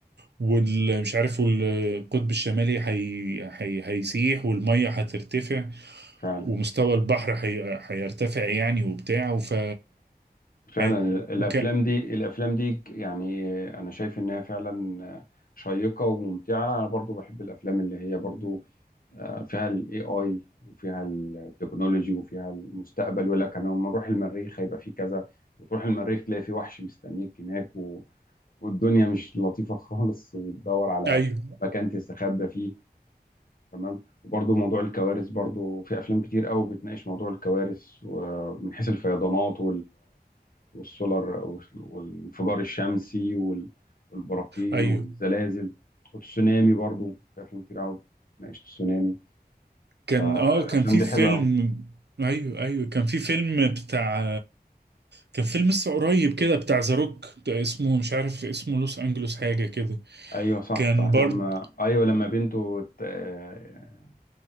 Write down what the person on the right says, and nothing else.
والمش عارف والقطب الشمالي هي... هي... هيسيح والمية هترتفع
ومستوى البحر هي... هيرتفع يعني وبتاع وف
هيت-
وك...
ايوه
ايوه
كان
اه كان في
فيلم
ايوه ايوه كان في فيلم بتاع كان فيلم لسه قريب كده بتاع ذا روك اسمه مش عارف اسمه لوس انجلوس حاجه كده
كان
برضه